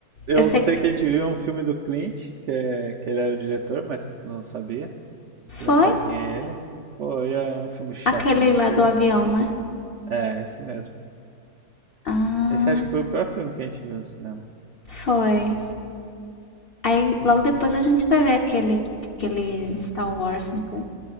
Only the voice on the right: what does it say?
eu
sei
que a gente viu um filme do Clint, que, é, que ele era o diretor, mas tu não sabia. Tu
nem sabe quem é ele. Pô, e é um filme chato
da bexiga.
É, esse mesmo.
Esse acho que foi o pior filme que a gente viu no cinema.
N-